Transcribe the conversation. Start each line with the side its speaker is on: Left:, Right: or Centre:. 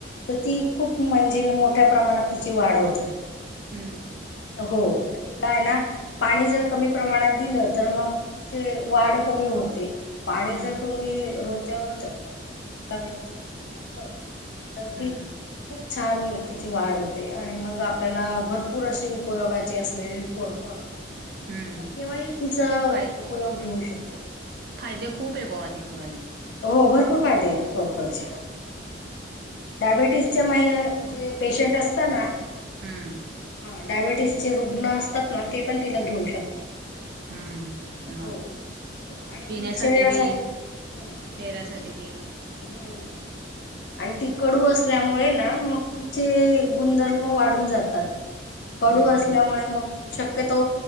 Left: तर ती खूप म्हणजे मोठ्या प्रमाणात तिची वाढ होती.
Right: हम्म
Left: हो तिला हाय ना पाणी जर कमी प्रमाणात दिलं तर मग तिचे वाढ कमी होते. पाणी
Right: हम्म
Left: जर तुम्ही रोजच्या रोज तिला व्यवस्थित घातलं तर
Right: हम्म
Left: ती खूप छान तिची वाढ होते आणि मग आपल्याला भरपूर अशी उपयोगाची असलेली कोरफड
Right: हम्म
Left: आपण केव्हाही तिचा
Right: फाय
Left: उपयोग घेऊ शकतो.
Right: फायदे खूप आहे बुवा तिचेवाले
Left: हो भरपूर फायदे आहेते कोरफडचे
Right: हम्म
Left: डायबेटीसच्या मये जे पेशंट असतं ना
Right: हम्म
Left: हा डायबेटीसचे रुग्ण असतात ना ते पण तिला घेऊ
Right: हम्म
Left: शकतात.
Right: हम्म
Left: हो
Right: मग
Left: हो आणि
Right: पिण्यासाठी
Left: शरीरासाठी
Right: बी
Left: हम्म
Right: चेहऱ्यासाठी
Left: ती
Right: बी
Left: हम्म आणि ती कडू असल्यामुळे ना मग तिचे गुणधर्म वाढून जातात. कडू
Right: हम्म
Left: असल्यामुळे
Right: हम्म
Left: मग शक्यतो